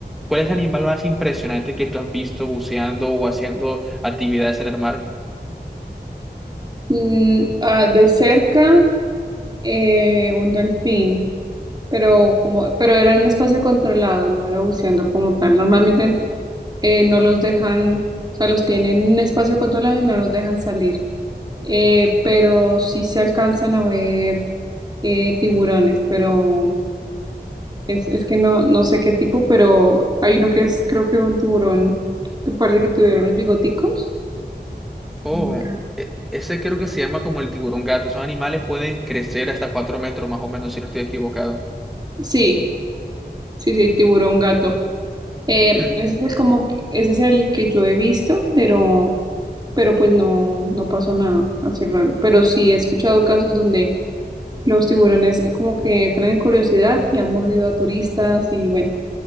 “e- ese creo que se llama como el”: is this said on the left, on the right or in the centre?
Centre